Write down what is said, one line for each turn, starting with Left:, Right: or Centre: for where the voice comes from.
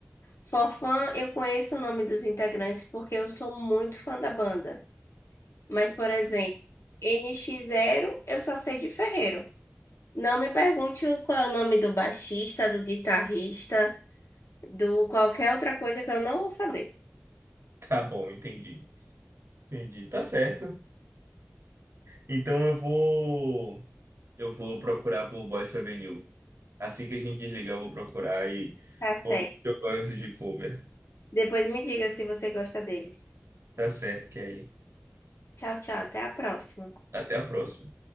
Left: Forfã, eu conheço o nome dos integrantes porque eu sou muito fã da banda. Mas, por exemplo, NX Zero, eu só sei de Ferreiro. Não me pergunte o- qual é o nome do baixista, do guitarrista, do qualquer outra coisa que eu não vou saber.
Right: <laughs> tá bom, entendi. Entendi. Tá certo. Então eu vou eu vou procurar por Boyce Avenue. Assim que a gente desligar, eu vou procurar e
Left: Tá certo.
Right: ouvir o que eu gosto de cover.
Left: Depois me diga se você gosta deles.
Right: Tá certo, Kelly.
Left: Tchau, tchau. Até a próxima.
Right: Até a próxima.